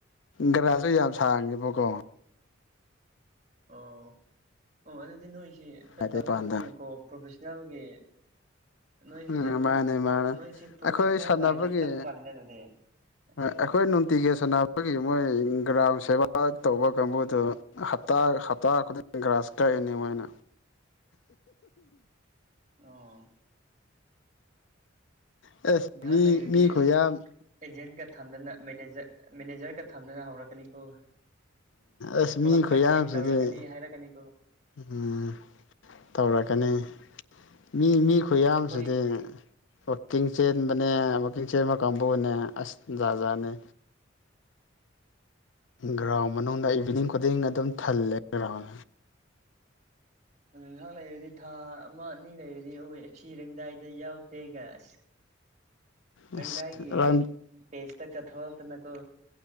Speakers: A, on the left; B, on the right.
A: ꯒ꯭ꯔꯥꯁꯨ ꯌꯥꯝ ꯁꯥꯡꯉꯦꯕꯀꯣ
B: ꯑꯣ ꯑꯣ ꯑꯗꯨꯗꯤ ꯅꯣꯏꯁꯤ ꯈꯔ
A: ꯃꯄꯥꯟꯗ
B: ꯆꯥꯎꯈꯠꯄꯅꯤꯅꯀꯣ ꯄ꯭ꯔꯣꯐꯦꯁꯅꯦꯜꯒꯤ ꯅꯣꯏꯁꯦ
A: ꯎꯝ
B: ꯑꯗꯨ
A: ꯃꯥꯅꯦ ꯃꯥꯅꯦ
B: ꯅꯣꯏꯁꯤ ꯄ꯭ꯔꯣꯐꯦꯁꯅꯦꯜ
A: ꯑꯩꯈꯣꯏ ꯁꯥꯟꯅꯕꯒꯤ
B: ꯂꯥꯏꯟꯗ ꯆꯠꯄ ꯃꯥꯜꯂꯤꯅꯦ ꯑꯗꯨꯗꯤ ꯑꯁ
A: ꯑꯩꯈꯣꯏ ꯅꯨꯡꯇꯤꯒꯤ ꯁꯥꯟꯅꯕꯒꯤ ꯃꯣꯏ ꯒ꯭ꯔꯥꯝ ꯁꯦꯕꯥ ꯇꯧꯕ ꯀꯥꯡꯕꯨꯗꯨ ꯍꯞꯇꯥ ꯍꯞꯇꯥ ꯈꯨꯗꯤꯡ ꯒ꯭ꯔꯥꯁ ꯀꯛꯏꯅꯦ ꯃꯣꯏꯅ
B: ꯑꯣ
A: ꯑꯁ
B: ꯉꯥꯏꯍꯥꯛ
A: ꯃꯤ
B: ꯂꯩꯔꯗꯤ
A: ꯃꯤ ꯈꯨꯌꯥꯝ
B: ꯑꯁ ꯑꯦꯖꯦꯟꯒ ꯊꯝꯗꯅ ꯃꯦꯅꯦꯖꯔ ꯃꯦꯅꯦꯖꯔꯒ ꯊꯝꯗꯅ ꯍꯧꯔꯛꯀꯅꯤꯀꯣ
A: ꯑꯁ
B: ꯀ꯭ꯂꯕꯀ
A: ꯃꯤ ꯈꯨꯌꯥꯝꯁꯤꯗꯤ
B: ꯖꯣꯏꯟ ꯇꯧꯔꯛꯀꯅꯤ ꯍꯥꯏꯔꯛꯀꯅꯤꯀꯣ
A: ꯎꯝ ꯇꯧꯔꯛꯀꯅꯤ ꯃꯤ ꯃꯤ ꯈꯨꯌꯥꯝꯁꯤꯗꯤ
B: ꯑꯁ ꯑꯩꯈꯣꯏ
A: ꯋꯥꯛꯀꯤꯡ ꯆꯦꯟꯕꯅꯦ ꯋꯥꯛꯀꯤꯡ ꯆꯦꯟꯕ ꯀꯥꯡꯕꯨꯅꯦ ꯑꯁ ꯖꯥꯠ ꯖꯥꯠꯅꯦ ꯒ꯭ꯔꯥꯎꯟ ꯃꯅꯨꯡꯗ ꯏꯚꯤꯅꯤꯡ ꯈꯨꯗꯤꯡ ꯑꯗꯨꯝ ꯊꯜꯂꯦ ꯒ꯭ꯔꯥꯎꯟ
B: ꯑꯗꯣ ꯉꯥꯏꯍꯥꯛ ꯂꯩꯔꯗꯤ ꯊꯥ ꯑꯃ ꯑꯅꯤ ꯂꯩꯔꯗꯤ ꯑꯣꯏ ꯁꯤꯔꯦꯡꯗꯥꯏꯗ ꯌꯥꯎꯈ꯭ꯔꯦꯒ ꯑꯁ ꯔꯪꯗꯥꯏꯒꯤ
A: ꯑꯁ ꯔꯟ
B: ꯄꯦꯖꯇꯀ ꯊꯣꯛꯔꯛꯇꯅꯀꯣ